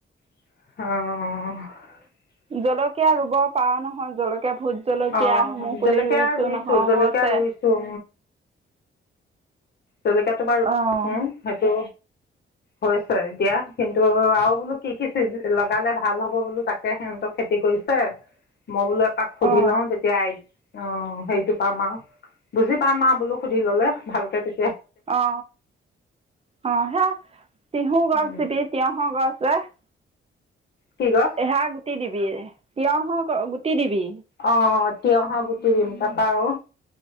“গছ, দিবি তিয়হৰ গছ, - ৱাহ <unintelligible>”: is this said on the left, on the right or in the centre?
Right